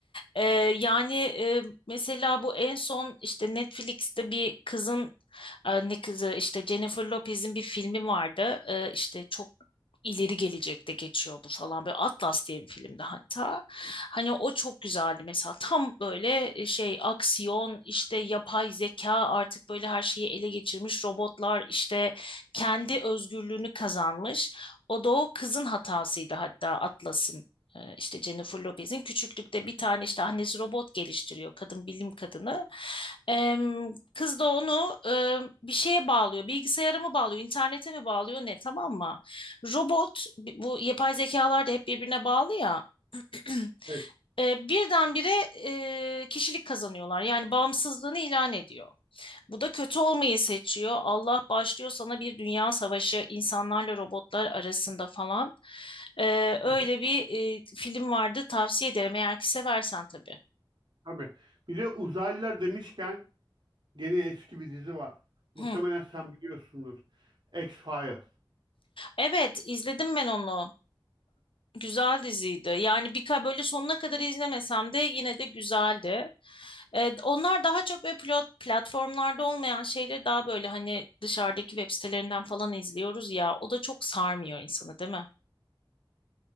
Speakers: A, on the left; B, on the right.
A: Ee, yani e, mesela bu en son işte Netflix'te bir kızın e, ne kızı işte Jennifer Lopez'in bir filmi vardı. Ee, işte çok ileri gelecekte geçiyordu falan böyle Atlas diye bir filmdi hatta. Hani o çok güzeldi mesela tam böyle e, şey aksiyon işte yapay zeka artık böyle her şeyi ele geçirmiş robotlar işte kendi özgürlüğünü kazanmış. O da o kızın hatasıydı hatta Atlas'ın. e, işte Jennifer Lopez'in küçüklükte bir tane işte annesi robot geliştiriyor kadın bilim kadını Em, kız da onu em, bir şeye bağlıyor bilgisayara mı bağlıyor internete mi bağlıyor ne tamam mı Robot, bu yapay zekalar da hep birbirine bağlı ya. <clears throat>
B: Evet.
A: E, birdenbire e, kişilik kazanıyorlar. Yani bağımsızlığını ilan ediyor. Bu da kötü olmayı seçiyor. Allah başlıyor sana bir dünya savaşı insanlarla robotlar arasında falan. E, öyle
B: Hı hı.
A: bir e, film vardı tavsiye ederim eğer ki seversen tabii.
B: Tabii. Bir de uzaylılar demişken gene eski bir dizi var. Muhtemelen
A: Hı.
B: sen biliyorsundur. X-Files.
A: Evet izledim ben onu. Güzel diziydi. Yani bir ka- böyle sonuna kadar izlemesem de yine de güzeldi. Ee, onlar daha çok böyle plat platformlarda olmayan şeyleri daha böyle hani dışarıdaki web sitelerinden falan izliyoruz ya. O da çok sarmıyor insanı, değil mi?